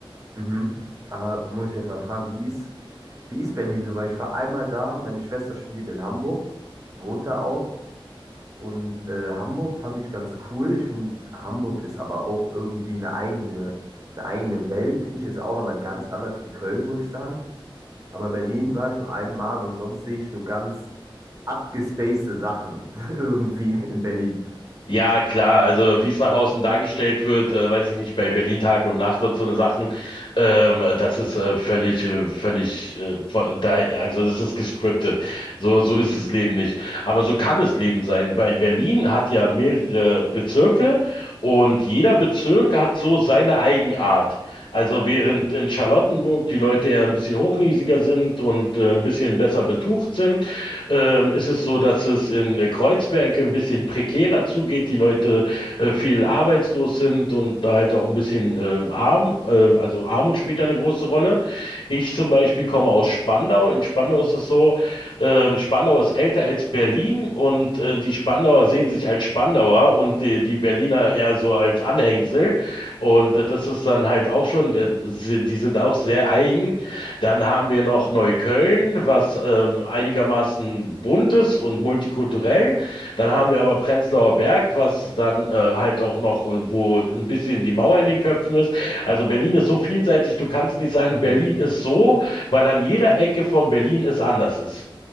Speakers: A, on the right; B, on the left.
A: Mhm. Aber muss ich jetzt mal fragen, wie ist Wie ist Berlin so? Weil ich war einmal da, meine Schwester studiert in Hamburg, wohnt da auch. Und äh, Hamburg fand ich ganz cool. Ich finde, Hamburg ist aber auch irgendwie eine eigene, eine eigene Welt, finde ich. Ist auch nochmal ganz anders wie Köln, muss ich sagen. Aber Berlin war ich nur einmal und sonst sehe ich nur ganz abgespacede Sachen <laughs> irgendwie in Berlin.
B: Ja, klar, also wie es nach außen dargestellt wird, äh, weiß ich nicht, bei Berlin Tag und Nacht und so eine Sachen, ähm, das ist äh, völlig, äh, völlig, äh, vo- da, also das ist gescriptet. So, so
A: Mhm.
B: ist das Leben nicht. Aber so kann das Leben sein, weil Berlin hat ja mehrere Bezirke und jeder Bezirk hat so seine Eigenart. Also während
A: Mhm.
B: in Charlottenburg die Leute ja ein bisschen hochnäsiger sind und äh, ein bisschen besser betucht sind, ähm, ist es so, dass es in äh, Kreuzberg ein bisschen prekärer zugeht, die Leute äh, viel arbeitslos sind und da halt auch ein bisschen äh, arm, äh, also Armut spielt da eine große Rolle. Ich zum Beispiel komme aus Spandau. In Spandau ist es so, ähm, Spandau ist älter als Berlin und äh, die Spandauer sehen sich als Spandauer und die, die Berliner eher so als Anhängsel. Und äh, das ist dann halt auch schon, äh, sie- die sind auch sehr eigen. Dann haben wir noch Neukölln, was ähm, einigermaßen bunt ist und multikulturell. Dann haben wir aber Prenzlauer Berg, was dann äh, halt auch noch, äh, wo ein bisschen die Mauer in den Köpfen ist. Also Berlin ist so vielseitig, du kannst nicht sagen,
A: Mhm.
B: Berlin ist so, weil an jeder Ecke von Berlin es anders ist.